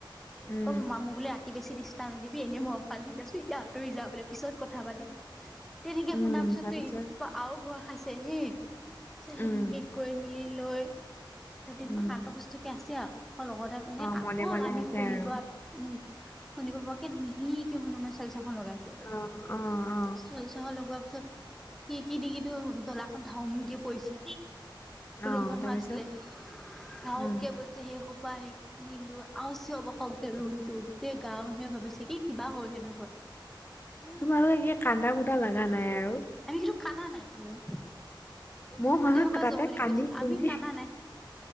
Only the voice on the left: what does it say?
উম
উম
তাৰপিছত
উম
উম
অ
মনে মনে
আছে
আৰু
অ অ অ,
অ
তাৰপিছত
উম
তোমালোকে এ কান্দা কুন্দা লগা নাই আৰু
মই
হয় হয়
তাতে
কান্দি
কুন্দি